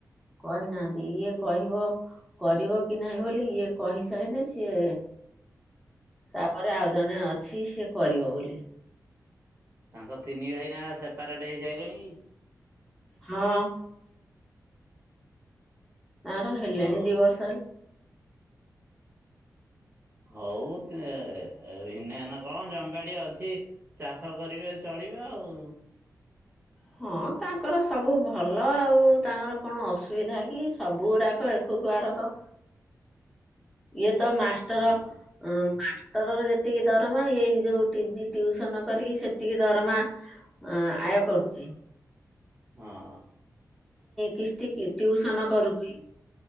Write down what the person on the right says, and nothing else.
ତାଙ୍କ ତିନି ଭାଇନା ସେପାରେଟ ହେଇଯାଇ ଚନ୍ତିକି।
ହଉ।
ହଉ ଭିନେ ଭାନେ କଣ ଜମି ବାଡି ଅଛି। ଚାଷ କରିବେ ଚଳିବେ ଆଉ
ହଁ
ହଁ।